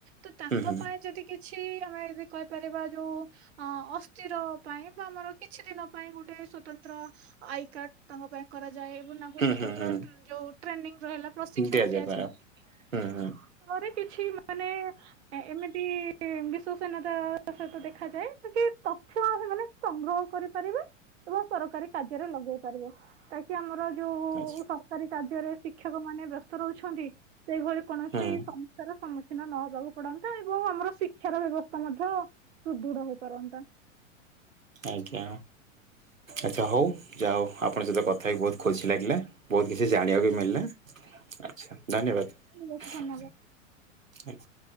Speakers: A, on the right; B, on the right.
A: ତ ତାଙ୍କ
B: ହୁଁ ହୁଁ
A: ପାଇଁ ଯଦି କିଛି ଆମେ ଯ କହିପାରିବା ଯୋଉ ଅ ଅସ୍ଥିର ପାଇଁ ବା ଆମର କିଛି ଦିନ ପାଇଁ ଗୋଟେ ସ୍ୱତନ୍ତ୍ର ଆଇକାର୍ଡ ତାଙ୍କ ପାଇଁ କରାଯାଏ ଏବଂ ତାଙ୍କୁ ସ୍ୱତନ୍ତ୍ର
B: ହୁଁ ହୁଁ
A: ଟ୍ର ଯୋଉ ହେଲା ପ୍ରଶିକ୍ଷଣ
B: ହୁଁ ଦିଆଯାଇପାର
A: ଦିଆଯାଏ
B: ହୁଁ ହୁଁ
A: <unintelligible> କିଛି ମାନେ ଏମିତି ବିଶ୍ଵସନୀୟତା ସହିତ ଦେଖାଯାଏ କି ପ ଛି ଆ ମାନେ ସଂଗ୍ରହ କରିପାରିବେ କିବା ସରକାରୀ କାର୍ଯ୍ୟରେ ଲଗେଇ ପାରିବେ ତାକି ଆମର ଯୋଉ
B: ଆଚ୍ଛା।
A: ସରକାରୀ କାର୍ଯ୍ୟରେ ଶିକ୍ଷକ ମାନେ ବ୍ୟସ୍ତ ରହୁଛନ୍ତି ସେହିଭଳି କୌଣସି
B: ହୁଁ
A: ସମସ୍ୟାର ସମୁ ଖିନ ନହବାକୁ ପଡନ୍ତା ଏବଂ ଆମର ଶିକ୍ଷାର ବ୍ୟବସ୍ଥା ମଧ୍ୟ ସୁଦୃଢ ହେଇପାରନ୍ତା।
B: ଆଜ୍ଞା ଆଚ୍ଛା ହଉ ଯାହା ହଉ ଆପଣଙ୍କ ସହିତ କଥା ହେଇକି ବହୁତ ଖୁସି ଲାଗିଲା। ବହୁତ କିଛି ଜାଣିବାକୁ ମିଳିଲ ଆଛା ଧନ୍ୟବାଦ।
A: ଧନ୍ୟବାଦ
B: ଆଜ୍ଞା।